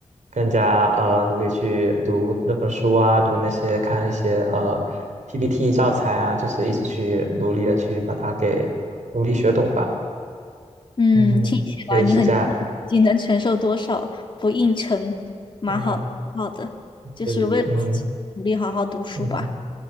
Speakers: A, on the right; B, on the left.
A: 更加呃努力去读那本书啊，读那些看一些呃 PPT 教材啊，就是一直去努力的去把它给努力学懂吧。
B: 嗯，
A: 嗯，
B: 听起来你很
A: 对，是这样。
B: 已经能承受多少不应承，蛮好，
A: 啊，
B: 蛮好的，就是为了自己努力好好读书吧。
A: 对，嗯嗯